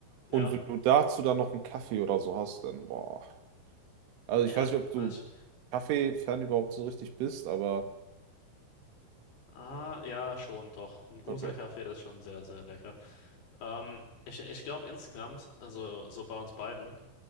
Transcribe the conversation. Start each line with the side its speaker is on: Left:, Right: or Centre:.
Left: ja,
Right: Und wenn du dazu dann noch einen Kaffee oder so hast, dann boah. Also
Left: ja.
Right: ich weiß nicht, ob du
Left: Also ich,
Right: Kaffee-Fan überhaupt so richtig bist, aber
Left: ah, ja, schon, doch. Ein guter
Right: okay.
Left: Kaffee ist schon sehr, sehr lecker. Ähm, ich ich glaube insgesamt, also so bei uns beiden,